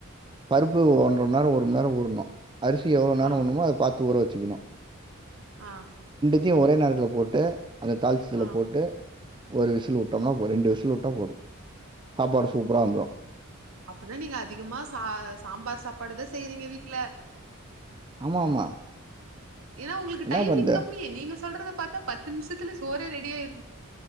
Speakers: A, on the right; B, on the right.
A: பருப்பு ஒன்ற மண்நேர ஒரு மண் நேர ஊறணு அரி சி எவ்ள நேர
B: ஆ.
A: ஊறணுமோ அத பாத்து ஊற வெச்சுக்கணு
B: ஆ
A: த்தயு ஒரே நேரத்துல போட்டு அத தாள்ச்சு இதுல
B: ஆ.
A: போட்டு ஒரு விசில் உட்டம்னா ஒரு ரெண்டு விசில் உட்டா போது சாப்பாடு சூப்பரா வந்துரு
B: அப்பன்னா நீங்க அதிகமா சா சாம்பார் சாப்பாடுதா செய்றிங்க வீட்ல
A: ஆமா ஆமா
B: ஏனா உங்ளுக்கு
A: என்ன
B: டைமிங்
A: பண்ற
B: கம்மி நீங்க சொல்றத பாத்தா பத்து நிம்சத்துல சோறே ரெடி ஆய்